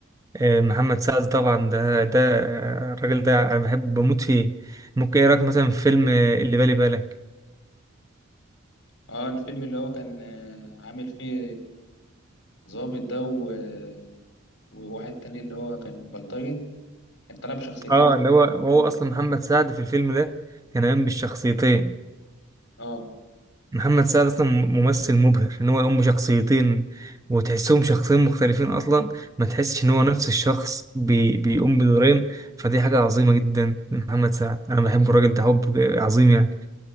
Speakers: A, on the right (about 15°); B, on the left (about 55°).
A: آه، محمد سعد طبعا ده ده آه، الراجل ده انا بحب بموت فيه ممكن ايه رايك مثلا في فيلم آه، اللي بالي بالك
B: اه الفيلم اللي هو كان آه، عامل فيه ظابط ده و- آه، وواحد تاني اللي هو كان بلطجي كان طلع بشخصيتين
A: اه
B: في
A: اللي هو
B: الفيلم
A: هو اصلا
B: ده
A: محمد سعد في الفيلم ده كان قايم بالشخصيتين
B: اه
A: محمد سعد اصلا ممثل مبهر ان هو يقوم بشخصيتين وتحسهم شخصين مختلفين اصلا ما تحسش ان هو نفس الشخص بي بيقوم بدورين فدي حاجه عظيمه جدا من محمد سعد انا بحب الراجل ده حب عظيم يعني